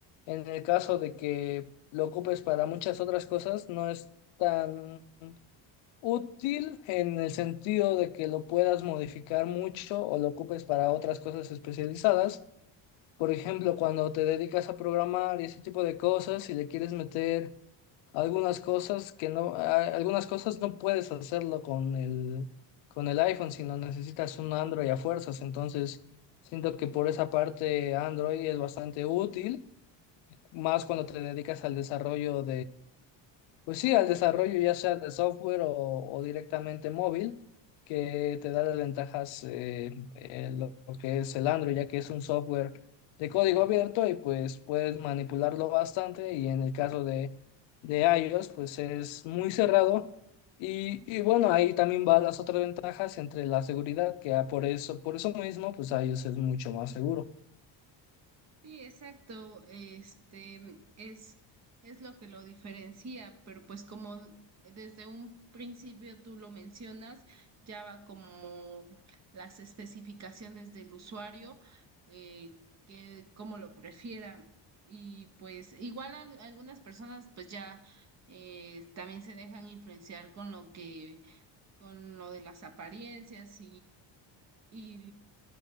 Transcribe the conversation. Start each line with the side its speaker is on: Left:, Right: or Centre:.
Left: en el caso de que lo ocupes para muchas otras cosas, no es tan útil en el sentido de que lo puedas modificar mucho o lo ocupes para otras cosas especializadas. Por ejemplo, cuando te dedicas a programar y ese tipo de cosas, si le quieres meter algunas cosas que no, a- algunas cosas no puedes hacerlo con el, con el iPhone, sino necesitas un Android a fuerzas. Entonces, siento que por esa parte Android es bastante útil, más cuando te dedicas al desarrollo pues sí, al desarrollo ya sea de software o, o directamente móvil, que te da las ventajas eh, eh, lo, lo que es el Android, ya que es un software de código abierto y pues puedes manipularlo bastante y en el caso de, de iOS pues es muy cerrado y, y bueno, ahí también van las otras ventajas entre la seguridad, que ah, por eso, por eso mismo pues iOS es mucho más seguro.
Right: Sí, exacto. Este es, es lo que lo diferencia, pero pues como desde un principio tú lo mencionas, ya va como las especificaciones del usuario, eh, que cómo lo prefiera. Y pues igual al- algunas personas pues ya eh, también se dejan influenciar con lo que, con lo de las apariencias y,